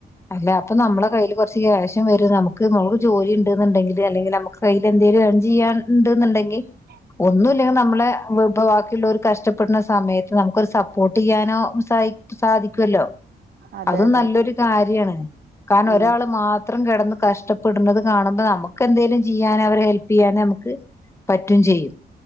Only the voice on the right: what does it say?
ഏഹ്
അതെ
അതെ
ഉം